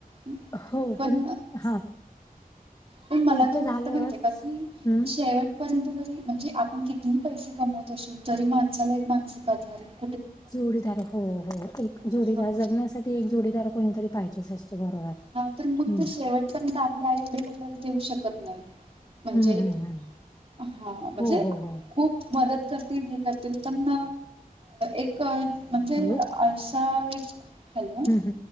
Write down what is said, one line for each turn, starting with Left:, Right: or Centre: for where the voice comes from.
Right: <unintelligible>
Left: हो
Right: पण
Left: हा
Right: पण मला
Left: ते
Right: काय
Left: तर
Right: वाटतं
Left: झालंच
Right: माहितीय का की
Left: हम्म
Right: शेवट परंतु जरी म्हणजे आपण कितीही पैसे कमवत असू तरी माणसाला एक मानसिक आधार हे.
Left: जोडीदार हो हो एक
Right: हा
Left: जोडीदार जगण्यासाठी एक जोडीदार कोणीतरी पाहिजेच असतो बरोबर.
Right: नंतर मग
Left: हम्म
Right: ते शेवटपर्यंत आपल्या आई वडील आपल्याला देऊ शकत नाहीत. म्हणजे
Left: हम्म हम्म हम्म
Right: हा म्हणजे
Left: हो हो हो
Right: खूप मदत करतील हे करतील पण एक क म्हणजे
Left: हॅलो
Right: असा एक हॅलो
Left: ह ह